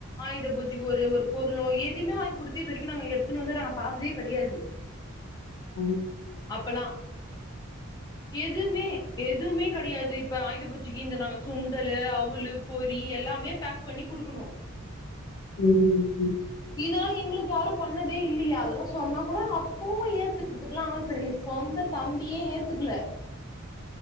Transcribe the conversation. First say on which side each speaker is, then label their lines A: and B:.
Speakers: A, on the left (about 20°); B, on the left (about 70°).
A: ஆயுத பூஜைக்கு ஒரு ஒருப் பொருளோ எதிமே வாய்ங் குடுத்து இது வரிக்கு நாங்க எடுத்துனு வந்து நாங்க பாத்ததே கெடையாது
B: ம்
A: அப்பலா எதுமே எதுவுமே கெடையாதுப் இப்ப ஆயுத பூஜிக்கு இந்த நாங்க சுண்டலு அவுளுப் பொரி எல்லாமே பேக் பண்ணி குடுக்குணு
B: ம் ம்
A: இதலா எங்ளுக்கு யாரும் பண்ணதே இல்லியே அதலா சொன்னா கூட அங்க அப்பவு ஏத்துக்கிறதுக்லா ஆள் கெடையாது சொந்தத் தம்பியே ஏத்துக்குல